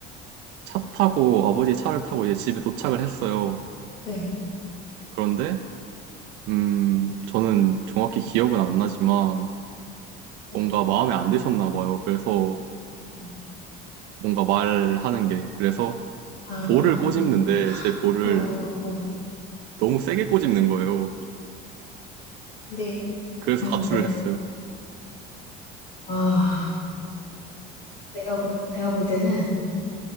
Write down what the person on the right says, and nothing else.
차 타고, 아버지 차를 타고 이제 집에 도착을 했어요.
그런데, 음, 저는 정확히 기억은 안 나지만,
뭔가 마음에 안 드셨나 봐요. 그래서,
뭔가 말하는 게, 그래서
볼을 꼬집는데, 제 볼을
너무 세게 꼬집는 거예요.
그래서
가출을
했어요.